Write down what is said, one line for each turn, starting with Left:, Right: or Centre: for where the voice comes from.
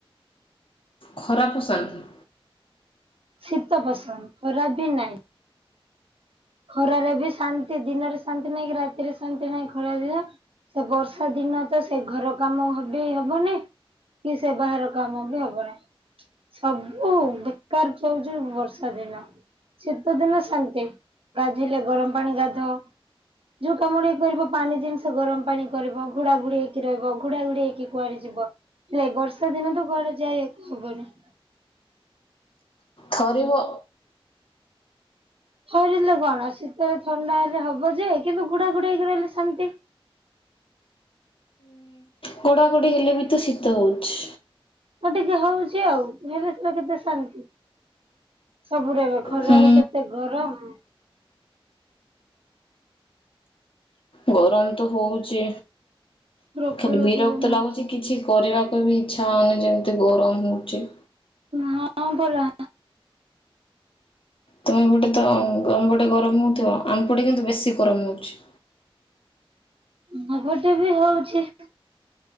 Left: ଖରାପ ସାଙ୍ଗି
Right: ଶୀତ ପସନ୍ଦ ଖରା ବି ନାହିଁ। ଖରାରେ ବି ଶାନ୍ତି ଦିନରେ ଶାନ୍ତି ନାଇଁକି ରାତିରେ ଶାନ୍ତି ନାଇଁ ଖରା ଦିନ ସେ ବର୍ଷା ଦିନ ତ ସେ ଘର କାମ ବି ହବନି। କି ସେ ବାହାର କାମ ବି ହବ ନାହି। ସବୁ ବେକାର ଚାହୁଛି ବର୍ଷା ଦିନ ଶୀତ ଦିନ ଶାନ୍ତି। ଗାଧୋଇଲେ ଗରମ ପାଣି ଗାଧ। ଯୋଉ କାମଟେ କରିବ ପାଣି ଜିନିଷ ଗରମ ପାଣି କରିବ ଘୁଡ଼ା ଘୁଡି ହେଇକି ରହିବ ଘୁଡା ଘୁଡି ହେଇକି କୁଆଡ ଯିବ। ହେଲେ ବର୍ଷା ଦିନେ ତ କୁଆଡେ ଯାଇହବନି।
Left: ଥରିବ
Right: ଥରିଲେ କଣ ଶୀତରେ ଥଣ୍ଡା ହେଲେ ହବ ଯେ କିନ୍ତୁ ଘୁଡ଼ାଘୁଡ଼ି ହେଇକି ରହିଲେ ଶାନ୍ତି।
Left: ଘୁଡ଼ାଘୁଡ଼ି ହେଲେ ବି ତ ଶୀତ ହୋଉଛି।
Right: ହ ଟିକେ ହଉଛି ଆଉ ହେଲେ ସେ କେତେ ଶାନ୍ତି। ସବୁୁର <unintelligible> ଖରାରେ
Left: ହୁଁ
Right: କେତେ ଗରମ।
Left: ଗରମ ତ ହୋଉଛି
Right: ପ୍ରବଳ
Left: ଖାଲି ବିରକ୍ତ
Right: ଗରମ
Left: ଲାଗୁଛି
Right: ଅଛି
Left: କିଛି କରିବାକୁ ବି ଇଚ୍ଛା ହେଉନି ଯେମିତି ଗରମ ହେଉଛି।
Right: ହଁ ପରା।
Left: ତୁମ ପଟେ ତ ଆମ ପଟେ ଗରମ ହେଉଥିବ ଆମ ପଟେ କିନ୍ତୁ ବେଶୀ ଗରମ ହେଉଛି।
Right: ଆମ ପଟେ ବି ହୋଉଛି।